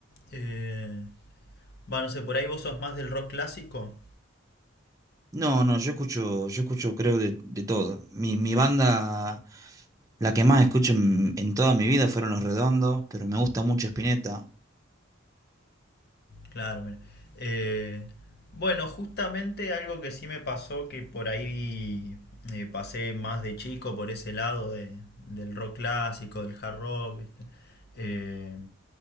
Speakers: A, on the left; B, on the right.
A: eh, va, no sé, por ahí vos sos más del rock clásico.
B: No, no, yo escucho, yo escucho creo de, de todo. Mi, mi banda, la que más escucho en, en toda mi vida fueron Los Redondos, pero me gusta mucho Spinetta.
A: Claro, mira. Eh, bueno, justamente algo que sí me pasó, que por ahí eh, pasé más de chico por ese lado de- del rock clásico, del hard rock, ¿viste? Eh,